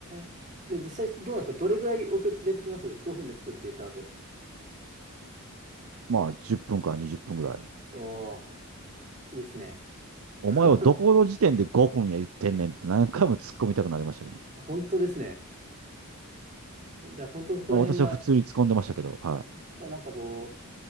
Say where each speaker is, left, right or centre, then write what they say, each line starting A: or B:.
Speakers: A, on the right (about 35°); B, on the right (about 65°).
A: え。で、実際どうなんですかどれぐらい遅れてきます ?5 分で作って言った後。
B: まあ10分から20分ぐらい。
A: おお、いいっすね。
B: お前はどこの時点で5分や言ってんねんって何回も突っ込みたくなりましたけどね。
A: <laughs> 本当ですね。じゃあ本当そこら辺が、
B: まあ私は普通に突っ込んでましたけど、はい。
A: いや、なんかこ